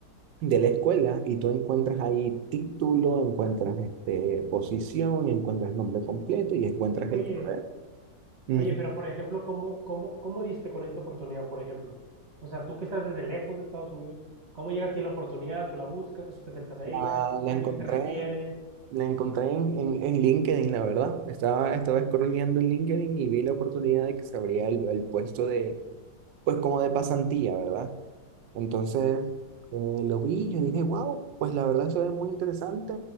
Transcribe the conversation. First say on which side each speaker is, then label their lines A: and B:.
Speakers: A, on the right; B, on the right.
A: de la escuela y tú encuentras ahí título, encuentras este, posición, encuentras nombre completo y encuentras
B: Oye,
A: el correo. Ujú.
B: Oye, pero por ejemplo, ¿cómo, cómo, cómo diste con esta oportunidad, por ejemplo? O sea, tú que estás desde lejos de Estados Unidos, ¿cómo llega a ti la oportunidad? ¿Tú la buscas? ¿Tú te acercas a ella?
A: La, la
B: ¿Alguien
A: encontré
B: te refiere?
A: La encontré en, en, en LinkedIn, la verdad. Estaba, estaba scrolleando en LinkedIn y vi la oportunidad de que se abría el, el puesto de, pues como de pasantía, ¿verdad? Entonces eh, lo vi y yo dije, wow, pues la verdad se ve muy interesante.